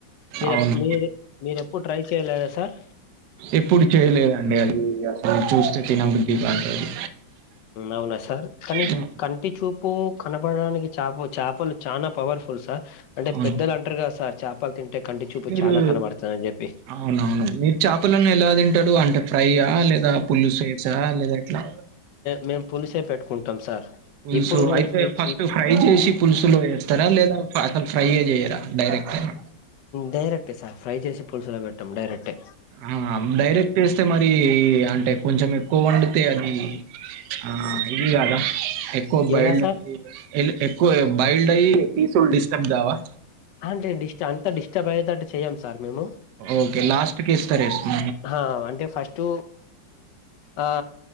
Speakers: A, on the left; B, on the right.
A: మీరెపు
B: అవును
A: మీరు మీరేప్పుడు ట్రై చేయలేరా సార్?
B: ఎప్పుడు చేయలేదండి అది అసలు చూస్తే తినబుద్ధి గాదు అది.
A: అవునా సార్ కానీ
B: హ్మ్.
A: కంటి చూపు కనపడడానికి చాప. చాపలు చాన పవర్ఫుల్ సార్ అంటే
B: అవును
A: పెద్దలు అంటారు గదా సార్ చేపలు తింటే కంటి చూపు
B: మీరు
A: చానా కనబడుతుంది అని చెప్పి.
B: అవునవును మీరు చేపలను ఎలా తింటారూ అంటే ఫ్రైయా లేదా పులుసు వేసా లేదా ఎట్లా
A: మేము పులిసే పెట్టుకుంటాం సార్.
B: పులుసు
A: ఇప్పుడు
B: అయితే
A: ఇప్- ఇప్-
B: ఫస్ట్
A: ఇప్-
B: ఫ్రై చేసి పులుసులో వేస్తారా లేదా అసలు ఫ్రై యే చేయరా డైరెక్ట్ గా
A: డైరెక్టే సార్ ఫ్రై చేసి పులుసులో పెట్టం. డైరెక్టే
B: ఆ డైరెక్ట్ యేస్తే మరి అంటే కొంచం ఎక్కువ వొండుతే అది ఆ ఇదిగదా ఎక్కువ బాయిల్డ్
A: ఎలా సార్
B: ఎక్కువ బాయిల్డ్ అయి పీసులు డిస్టర్బ్ కావా?
A: అంటే అంత డిస్టర్బ్ అయ్యేటట్టు చేయం సార్ మేము.
B: ఓకే లాస్ట్ కేస్తరే స్మ
A: హా అంటే ఫస్ట్ ఆ